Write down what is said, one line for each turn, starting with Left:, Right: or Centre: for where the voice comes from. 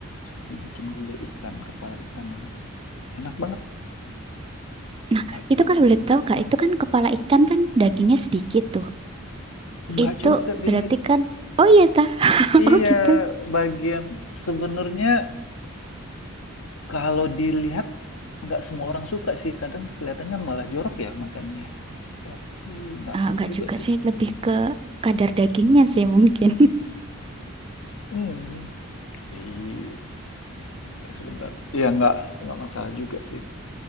Left: dibikin gulai ikan, kepala ikan namanya. Enak banget.
Right: Nah,
Left: Ta-
Right: itu kalau boleh tahu Kak, itu kan kepala ikan kan dagingnya sedikit tuh.
Left: Enggak
Right: Itu
Left: juga, Vindi.
Right: berarti kan, oh iya ta, <laughs>
Left: Iya,
Right: oh gitu.
Left: bagian sebenarnya kalau dilihat nggak semua orang suka sih. Kadang kelihatannya malah jorok ya makannya ya. Tapi nggak
Right: Ah,
Left: tahu
Right: nggak
Left: juga
Right: juga
Left: sih.
Right: sih, lebih ke kadar dagingnya sih mungkin.
Left: Hmm, i eh, sebentar. Iya, nggak nggak masalah juga sih.